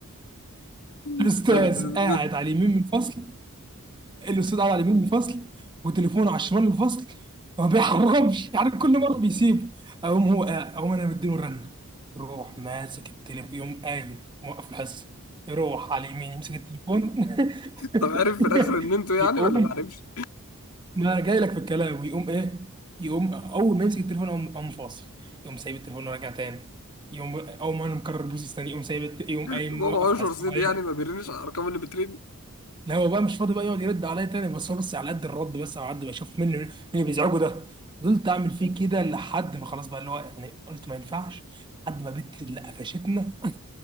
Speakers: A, on the right; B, on the left.
A: <laughs> الاستاذ
B: <laughs>
A: قاعد على اليمين من الفصل الاستاذ قاعد على اليمين من الفصل وتليفونه على الشمال من الفصل ما بيحرمش <laughs> يعني كل مره بيسيب اقوم هو اقوم انا مديله رنه يروح ماسك التليفون يقوم قايم موقف الحصه يروح على اليمين يمسك التليفون
B: طب
A: <laughs>
B: عارف في الاخر ان انتوا يعني
A: يقوم
B: ولا ما عارفش؟
A: ما جاي لك في الكلام ويقوم ايه يقوم اول ما يمسك التليفون يقوم قام فاصل يقوم سايب التليفون وراجع تاني يقوم اول ما انا مكرر البروسيس تاني يقوم سايب الت- يقوم
B: <laughs> طب
A: قايم
B: هو
A: موقف
B: ما هوش
A: على
B: رصيد
A: السرير
B: يعني ما بيرنش على الارقام اللي بترن
A: لا هو بقى مش فاضي بقى يقعد يرد عليا تاني بس هو بس على قد الرد بس على قد ما اشوف منه مين اللي بيزعجه ده فضلت اعمل فيه كده لحد ما خلاص بقى اللي هو يعني قلت ما ينفعش لحد ما بنت اللي قفشتنا